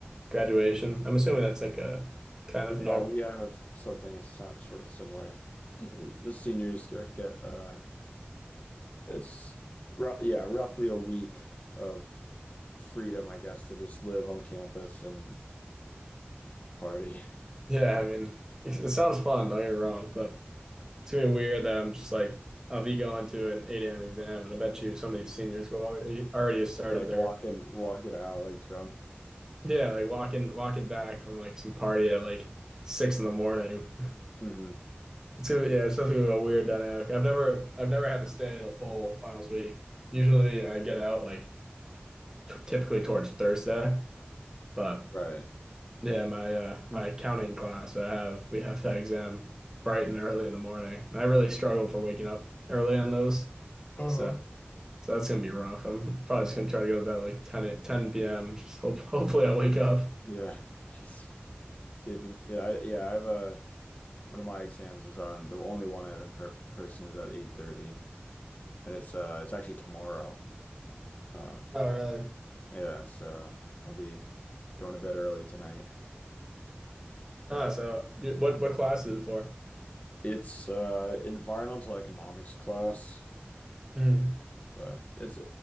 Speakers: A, on the right (about 15°); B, on the left (about 40°).
A: graduation. I'm assuming that's like a kind
B: Yeah,
A: of normal.
B: we have something so, sort of similar. The seniors get get, uh It's ru yeah, roughly a week of freedom, I guess, to just live on campus and party. <laughs>
A: Yeah, I mean, it, it sounds fun, don't get me wrong, but it's gonna be weird that I'm just like I'll be going to an 8 a.m. exam, and I bet you some of these seniors will already already have started
B: Like
A: their
B: walking walking out like drunk.
A: yeah, like walking walking back from like some party at like six in the morning.
B: hmm
A: It's gonna be, yeah, it's definitely gonna be a weird dynamic. I've never I've never had to stay the full finals week. Usually I get out like t- typically towards Thursday, but
B: Right.
A: yeah, my uh my accounting class I have we have that exam bright and early in the morning. And I really struggle for waking up early on those.
B: Uh-huh.
A: So So that's gonna be rough. I'm probably just gonna try to go to bed like 10 p.m. Just hope <laughs> hopefully I wake up.
B: Yeah. Just see if you make it. I, yeah, I have a one of my exams is on the only one I have in per person is at 8:30 and it's uh it's actually tomorrow. Um
A: Oh, really?
B: yeah, so I'll be going to bed early tonight.
A: Ah, so you, what what class is it for?
B: It's uh environmental economics class.
A: Mm-hmm.
B: But it's